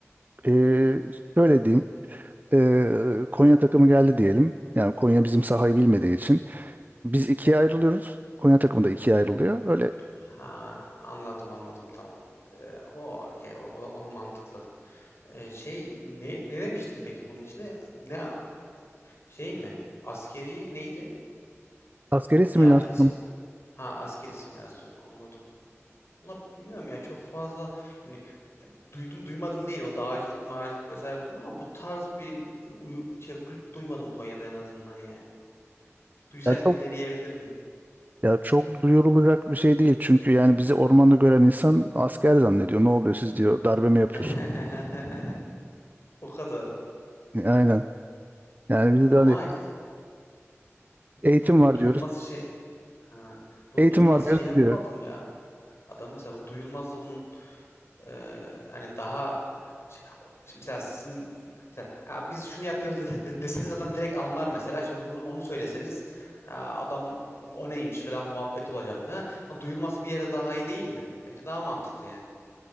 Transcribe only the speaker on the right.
Ee, şöyle diyeyim. Ee, Konya takımı geldi diyelim. Yani Konya bizim sahayı bilmediği için. Biz ikiye ayrılıyoruz. Konya takımı da ikiye ayrılıyor. Öyle
askeri simülasyon.
Ya çok,
ya çok duyurulacak bir şey değil. Çünkü yani bizi ormanda gören insan asker zannediyor. Ne oluyor siz diyor. Darbe mi yapıyorsun?
Aynen. Yani bizi
de hani
eğitim var
diyoruz.
Eğitim
var diyoruz.